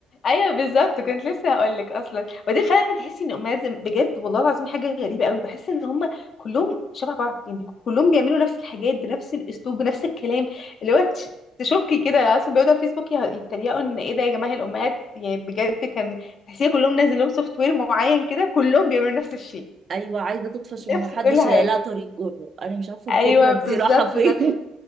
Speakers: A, on the left; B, on the right.
A: ايوه بالظبط كنت لسه هقول لك اصلا ودي فعلا تحسي ان الامهات زم- بجد والله العظيم حاجه غريبه قوي بحس ان هم كلهم شبه بعض يعني كلهم بيعملوا نفس الحاجات بنفس الاسلوب بنفس الكلام اللي هو تش- تشكي كده اصلا بيقعدوا على الفيسبوك يه- يتريقوا ان ايه ده يا جماعه الامهات يعني بجد كان تحسيه كلهم نازل لهم سوفت وير معين كده كلهم بيعملوا نفس الشيء
B: ايوه عايزه تطفش وما
A: نفس
B: حدش
A: كل حاجه
B: لا طريق جره انا مش عارفه الجره
A: ايوه
B: دي
A: بالظبط
B: رايحه فين
A: بالظبط